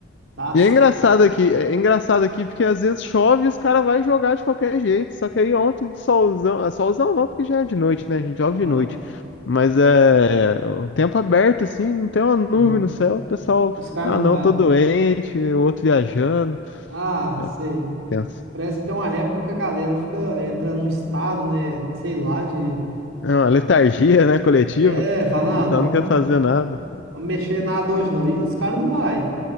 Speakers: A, on the right; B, on the left.
A: dá.
B: E é engraçado aqui, é engraçado aqui porque às vezes chove e os caras vão jogar de qualquer jeito. Só que aí ontem, solzão, ah, solzão não, porque já é de noite, né? A gente joga
A: Aham,
B: de noite. Mas é o tempo aberto, assim, não tem uma nuvem
A: aham.
B: no céu. O pessoal,
A: Os caras
B: ah,
A: não
B: não,
A: vai.
B: tô doente, o outro viajando.
A: Ah,
B: É
A: sei.
B: tenso.
A: Parece que tem uma época que a galera fica entrando no estado, né? Sei lá, de.
B: É uma letargia, né, coletiva.
A: É,
B: O
A: fala,
B: pessoal
A: não, vamos,
B: não quer fazer nada.
A: vamos mexer nada hoje não. E os caras não vai.